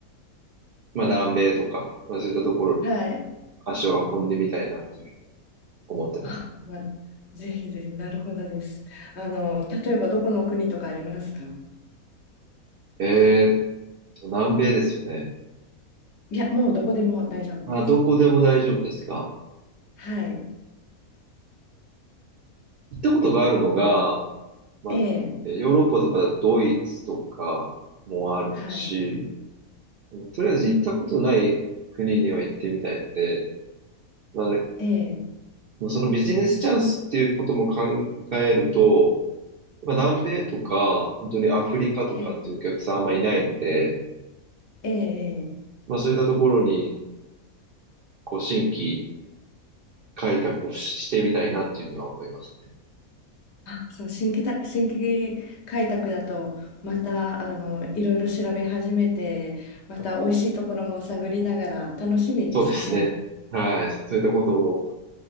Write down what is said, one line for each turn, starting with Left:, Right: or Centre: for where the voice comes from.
Right: まあ、南米とか、まあ、そういったところにも
Left: はい。
Right: 足を運んでみたいなっていうふうに思ってます。
Left: あ、ま、ぜひぜひ、なるほどです。あの、例えばどこの国とかありますか
Right: えーっと、南米ですよね。
Left: いや、もうどこでも大丈夫です。
Right: あ、どこでも大丈夫ですか
Left: はい、
Right: 行ったことがあるのが、まあ、
Left: ええ、
Right: えーヨーロッパとかドイツとかもあるし、
Left: はい、
Right: うんとりあえず行ったことない国には行ってみたいので、ま
Left: ええ、
Right: あ、そのビジネスチャンスっていうことも考えると、まあ、南米とか、本当にアフリカとかっていうお客さんあんまいないので、
Left: ええ、ええ、ええ
Right: まあそういったところに、こう、新規開拓をし、してみたいなっていうには思いますね。
Left: あ、そう、新規た、新規開拓だと、また、あの、いろいろ調べ始めて、また美味しいところも探りながら楽しみですね。
Right: そうですね。はい。そういったことも